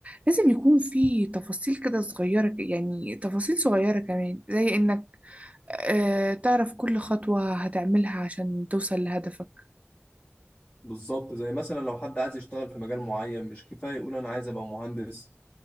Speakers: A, on the right; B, on the left.
A: لازم يكون في تفاصيل كده صغيرة ك- يعني تفاصيل صغيرة كمان زي إنك آه تعرف كل خطوة هتعملها عشان توصل لهدفك
B: بالظبط زي مثلا لو حد عايز يشتغل في مجال معين مش كفايه يقول انا عايز ابقى مهندس